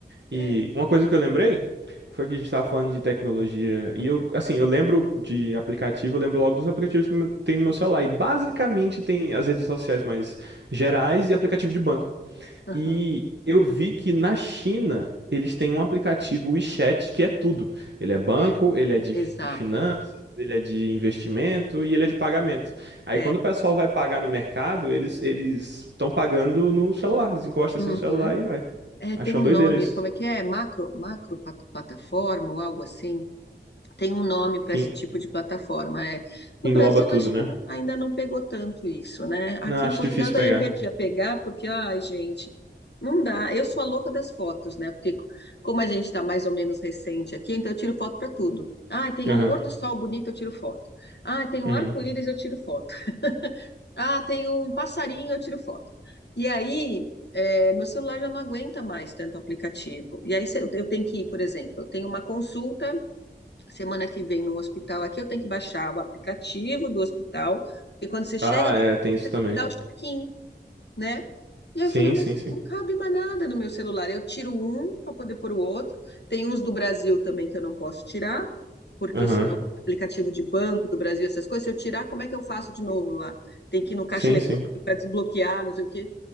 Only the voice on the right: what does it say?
E
uma coisa que eu lembrei foi que a gente tava falando de tecnologia. E eu, assim, eu lembro de aplicativo, eu lembro logo dos aplicativos que tem no meu celular. E basicamente tem as redes sociais mais gerais e aplicativo de banco.
E eu vi que na China eles têm um aplicativo WeChat que é tudo. Ele é banco,
ele é de,
de finanças, ele é de investimento e ele é de pagamento. Aí
quando o pessoal vai pagar no mercado, eles eles estão pagando no celular. Eles encostam
assim no celular e vai.
Acho
uma
doideira
isso.
Que
en-
que engloba
tudo,
né?
Não, acho
difícil
pegar.
Aham.
uhum.
Ah,
é,
tem isso
também.
Sim,
sim, sim.
Aham.
Sim,
sim.